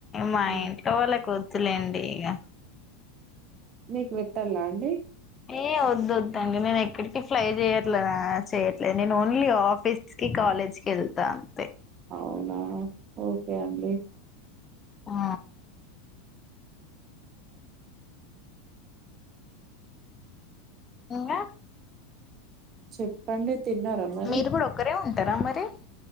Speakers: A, on the left; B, on the right.
A: మా
B: హ్మ్.
A: ఇంట్లో వాళ్ళ కొద్ తు లేండి ఇగా
B: మీకి వెట్టల్లా అండి
A: ఏ వద్దు వొద్దండి నేను ఎక్కడికి ఫ్లై చెయ్యట్లేనా చేయ్యట్లే నేను ఓన్లీ ఆఫీస్ కి కాలేజ్ కి ఎళ్తా తె
B: అవునా ఓకే అండి
A: ఆ ఇంగా
B: చెప్పండి తిన్నారా మరి?
A: మీరు కూడా ఒక్కరేం టరామరి